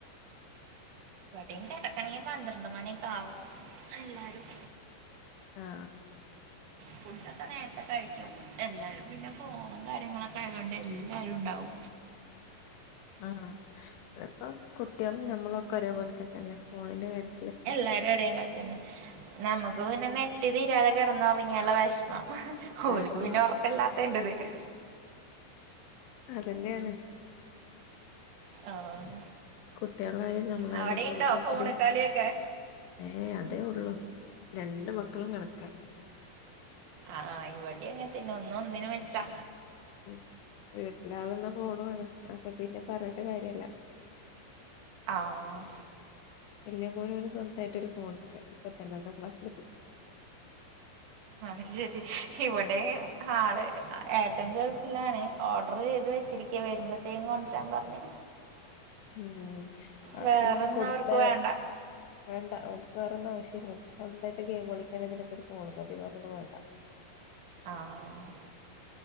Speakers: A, on the right; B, on the left.
A: ഇവടിം കിടക്കണെങ്കിൽ പന്ത്രണ്ട് മണിയൊക്കെ ആവും എല്ലാരും.
B: ആഹ്
A: ഫുഡൊക്കെ നേരത്തെ കഴിക്കും. എല്ലാരും പിന്നെ ഫോണും കാര്യങ്ങളൊക്കെ ആയതൊണ്ടെ എല്ലാരും ഉണ്ടാവും.
B: ആ അ ഇപ്പം കുട്ടികളും ഞമ്മളൊക്കെ ഒരേപോല തന്നെയല്ലേ ഫോണിന്റെ കാര്യ
A: എല്ലാരും ഒരേ മാതിരി തന്നെ. നമുക്ക് പിന്നെ നെറ്റ് തീരാതെ കിടന്ന് ഉറങ്ങിയാലുള്ള വെഷ്മം.
B: വിഷമ
A: ഓര്ക്ക് പിന്നെ ഉറക്കല്ലാത്തതിന്റെ ഇത്.
B: അതന്നെയാണ്.
A: ആഹ്
B: കുട്ടികളായാലും ഞമ്മളായാലും
A: അവിടെയുണ്ടോ
B: ഇപ്പം എത്തിരി
A: ഫോണ് കളിയൊക്കെ
B: ഏഹ് അതേ ഉള്ളു രണ്ടുമക്കളും കണക്ക.
A: ആ ഇവടിം അങ്ങനെ തന്നെ ഒന്ന് ഒന്നിന് മെച്ചാ.
B: ഉം. വീട്ടിലാളെണ്ണംഫോൺ വേണം. അപ്പൊ പിന്നെ പറഞ്ഞിട്ട് കാര്യല്ല.
A: ആഹ്
B: വല്യ മോന് ഓന് സ്വന്തായിട്ട് ഒരു ഫോണുണ്ട്. ഇപ്പ തന്നെ ഒന്നാം ക്ലാസ്സി
A: അഹ് ശരി ഇവിടെയും ആള് ഏട്ടൻ ഗൾഫിലാണ്.. ഓർഡറ് ചെയ്ത് വെച്ചിരിക്കയ വരുമ്പഴത്തേക്കും കൊണ്ടരാൻ പറഞ്ഞ്.
B: ഉം. അത്
A: വേറൊന്നും
B: പിന്നെ കൊടുത്തേ
A: അവർക്ക് വേണ്ട
B: വേണ്ട അവൻ വേറൊന്നുംആവശ്യല്ലാറിം. <unintelligible> ഗെയിം കളിക്കാൻ ഇതിനൊക്കെ ഒരു ഫോൺ മതി വേറെന്നും വേണ്ട.
A: ആഹ്